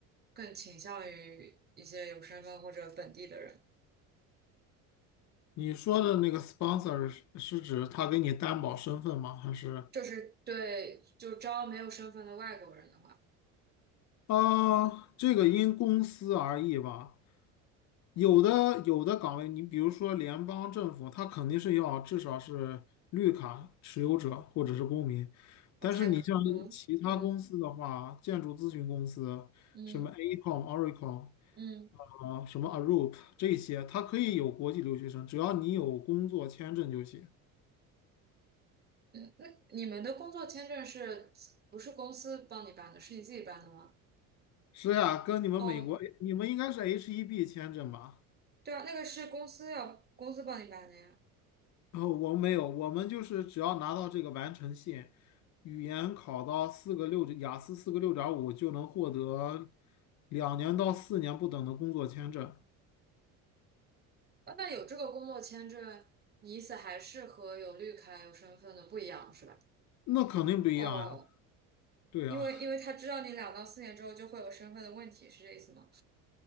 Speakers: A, on the right; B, on the left.
A: 更倾向于一些有身份或者本地的人？
B: 你说的那个 sponsor 是是指他给你担保身份吗？还是
A: 就是对，就招没有身份的外国人的话，
B: 啊，这个因公司而异吧。有的有的岗位，你比如说联邦政府，他肯定是要至少是绿卡持有者或者是公民。
A: 我才可嗯嗯
B: 但是你像其他公司的话，建筑咨询公司，
A: 嗯
B: 什么 AECOM、Oracle
A: 嗯
B: 啊，什么 Arup 这些，它可以有国际留学生，只要你有工作签证就行。
A: 嗯，那你们的工作签证是不是公司帮你办的？是你自己办的吗？
B: 是呀，跟你们美国，
A: 哦，
B: 你们应该是 H1B 签证吧？
A: 对啊，那个是公司要公司帮你办的呀。
B: 哦，我们没有，我们就是只要拿到这个完成信，语言考到四个六，雅思四个六点五就能获得两年到四年不等的工作签证，
A: 呃那有这个工作签证，你意思还是和有绿卡、有身份的不一样是吧？
B: 那肯定不一样呀。
A: 哦，
B: 对呀。
A: 因为因为他知道你两到四年之后就会有身份的问题，是这意思吗？